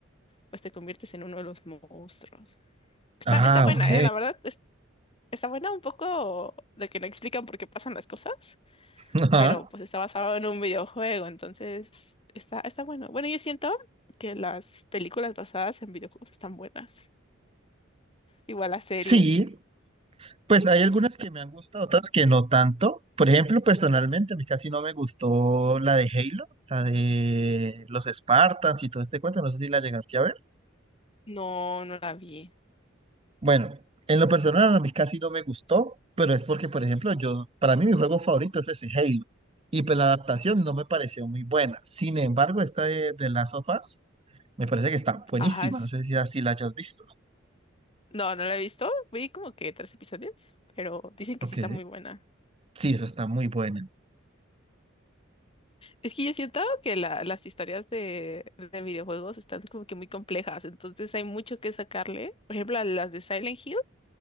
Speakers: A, on the left (about 30°); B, on the right (about 30°).
A: pues te conviertes en uno de los monstruos. Está,
B: Ah,
A: está buena,
B: ok.
A: ¿eh? La verdad, es- está buena un poco de que no explican por qué pasan las cosas,
B: Ajá.
A: pero pues está basado en un videojuego, entonces está, está bueno. Bueno, yo siento que las películas basadas en videojuegos están buenas. Igual las series.
B: Sí, Pues hay algunas que me han gustado, otras que no tanto. Por ejemplo, personalmente, a mí casi no me gustó la de Halo, la de los Spartans y todo este cuento. No sé si la llegaste a ver.
A: No, no la vi.
B: Bueno, en lo personal a mí casi no me gustó, pero es porque, por ejemplo, yo, para mí mi juego favorito es ese Halo. Y pues la adaptación no me pareció muy buena. Sin embargo, esta de, de Last of Us me parece que está buenísima.
A: Ajá,
B: No sé si así la hayas visto.
A: No, no la he visto. Vi como que tres episodios, pero dicen que
B: Ok.
A: sí está muy buena.
B: Sí, esa está muy buena.
A: Es que yo siento que la- las historias de, de videojuegos están como que muy complejas, entonces hay mucho que sacarle. Por ejemplo, a las de Silent Hill,